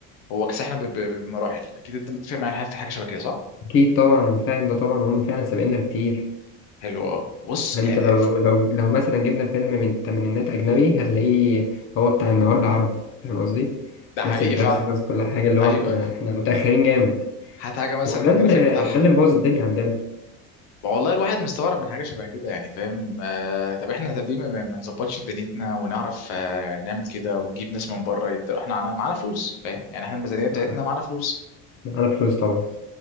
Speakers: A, on the left; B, on the left.
A: هو كسحنا ب- ب- بمراحل اكيد انت متفق معايا في حاجه شبه كده صح؟
B: اكيد طبعا انا فاهم ده طبعا هم فعلا سابقنا بكتير
A: حلو اه بص
B: انت
A: يعني
B: لو لو لو مثلا جبنا فيلم من الثمانينات اجنبي هتلاقيه هو بتاع النهارده عربي فاهم قصدي
A: ده حقيقي
B: نفس الجرافيك
A: فعلا
B: نفس كل حاجه اللي
A: ايوه
B: هو احنا
A: ايوه
B: احنا متاخرين جامد
A: هات حاجه مثلا
B: ما هو ده اللي
A: الجرافيك بتاعها
B: ده اللي مبوظ الدنيا عندنا
A: ما والله الواحد مستغرب من حاجه شبه كده يعني فاهم آه طب احنا طب ليه ما ما- ما نظبطش دنيتنا ونعرف آه نعمل كده ونجيب ناس من بره يبدا احنا معانا معانا فلوس فاهم يعني احنا الميزانيه بتاعتنا
B: آه،
A: معانا فلوس
B: معانا فلوس طبعا